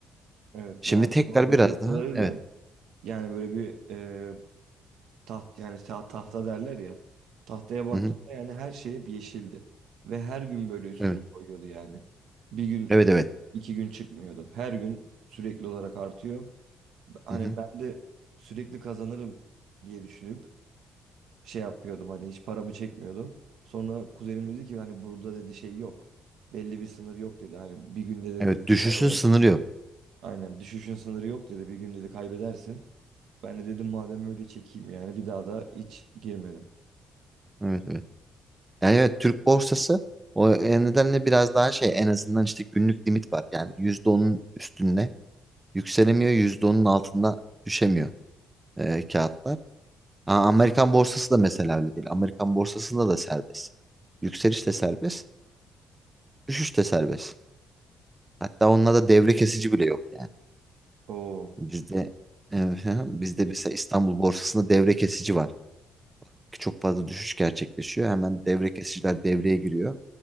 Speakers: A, on the right (about 80°); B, on the right (about 15°).
A: Evet
B: Şimdi
A: yani
B: tekrar
A: benim hatırladığım
B: biraz daha
A: kadarıyla
B: evet.
A: yani böyle bir e, taht yani ta- tahta derler ya tahtaya baktığımda
B: Hı hı.
A: yani her şey hep yeşildi ve her gün böyle üstüne
B: Evet.
A: koyuyordu yani bir gün
B: Evet evet.
A: iki gün çıkmıyordu her gün sürekli olarak artıyor hani
B: Hı hı.
A: ben de sürekli kazanırım diye düşünüp şey yapıyordum hani hiç paramı çekmiyordum sonra kuzenim dedi ki hani burada dedi şey yok belli bir sınır yok dedi hani bir günde dedi
B: Evet düşüşün
A: aynen
B: sınırı yok.
A: Aynen düşüşün sınırı yok dedi bir gün dedi kaybedersin Ben de dedim madem öyle çekeyim yani bir daha da hiç girmedim.
B: Evet evet. Yani evet Türk borsası o e, nedenle biraz daha şey en azından işte günlük limit var. Yani yüzde onun üstünde yükselemiyor, yüzde onun altında düşemiyor e, kağıtlar. Aa, Amerikan borsası da mesela öyle değil. Amerikan borsasında da serbest. Yükseliş de serbest, düşüş de serbest. Hatta onlarda devre kesici bile yok yani.
A: O
B: Bizde e, <laughs> bizde mesela İstanbul borsasında devre kesici var. Çok fazla düşüş gerçekleşiyor. Hemen devre kesiciler devreye giriyor.